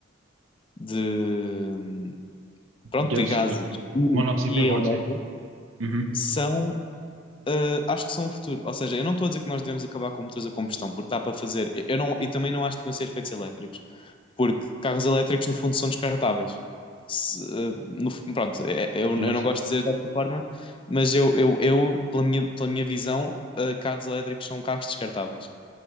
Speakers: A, on the left; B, on the right.
A: de, pronto,
B: dióxido.
A: de gases e,
B: Monóxido
A: e
B: de carbono,
A: elétrico
B: sim. Uhum.
A: são Uh, acho que são o futuro. Ou seja, eu não estou a dizer que nós devemos acabar com motores a combustão, porque dá para fazer. Eu não, e também não acho que devem ser feitos elétricos, porque carros elétricos, no fundo, são descartáveis. Se, uh, no- fu- pronto, é- é, eu, eu
B: E não,
A: não
B: só-
A: gosto de dizer desta forma, mas eu, eu, eu pela minha, pela minha visão, uh, carros elétricos são carros descartáveis.